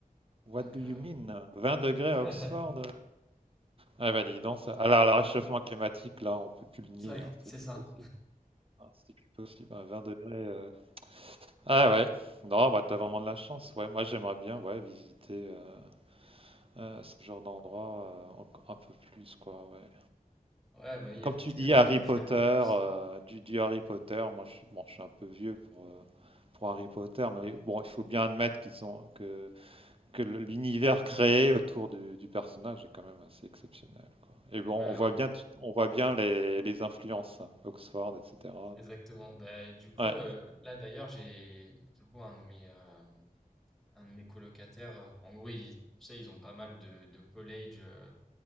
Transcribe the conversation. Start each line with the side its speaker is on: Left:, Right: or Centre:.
Right: What
Centre: Donc,
Right: do
Centre: euh,
Right: you mean? vingt degrés
Centre: <laughs>
Right: à Oxford? euh. Ah, bah, dis donc, ça. Alors, le réchauffement climatique, là, on peut plus le nier,
Centre: ouais,
Right: hein,
Centre: c'est
Right: C'est plus
Centre: ça.
Right: possible. Ah, c'est plus possible, hein, 20 degrés. euh. Ah, ouais. Non, bah, t'as vraiment de la chance, ouais. Moi, j'aimerais bien, ouais, visiter euh, euh, ce genre d'endroit euh, enco- un peu plus, quoi, ouais.
Centre: Ouais, bah, oui, il
Right: Comme
Centre: y a,
Right: tu
Centre: il
Right: dis,
Centre: y a tout
Right: Harry
Centre: à
Right: Potter,
Centre: faire en
Right: euh,
Centre: plus. hein.
Right: du, du Harry Potter, moi je, suis- bon, je suis un peu vieux pour, euh, pour Harry Potter, mais bon, il faut bien admettre qu'ils ont, que, que le- l'univers créé autour du, du personnage est quand même assez exceptionnel, quoi. Et bon,
Centre: Ouais,
Right: on voit
Centre: ouais,
Right: bien, tout- on voit bien les, les influences, hein, Oxford, etc.
Centre: exactement. Bah, et du coup,
Right: Ouais.
Centre: euh, là d'ailleurs, j'ai du coup un de mes, euh, un de mes colocataires. euh, en gros, ils, tu sais, ils ont pas mal de, de collèges euh,